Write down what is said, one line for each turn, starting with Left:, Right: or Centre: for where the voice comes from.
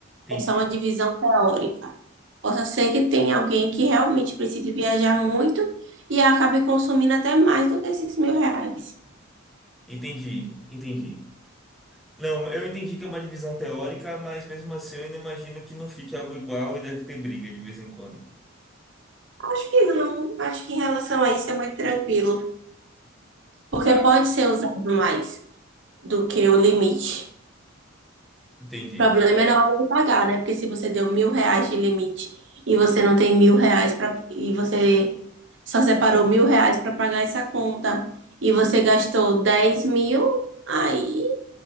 Centre: entendi.
Right: É só uma divisão teórica. Possa ser que tenha alguém que realmente precise viajar muito e acabe consumindo até mais do que esses mil reais.
Centre: Entendi, entendi. Não, eu entendi que é uma divisão teórica, mas mesmo assim eu ainda imagino que não fique algo igual e deve ter briga de vez em quando.
Right: Acho que não. Acho que em relação a isso é muito tranquilo, porque
Centre: Tá,
Right: pode ser usado mais. do que o limite.
Centre: entendi.
Right: O problema é na hora de pagar, né? Porque se você deu mil reais de limite e você não tem mil reais para e você só separou mil reais para pagar essa conta e você gastou dez mil, aí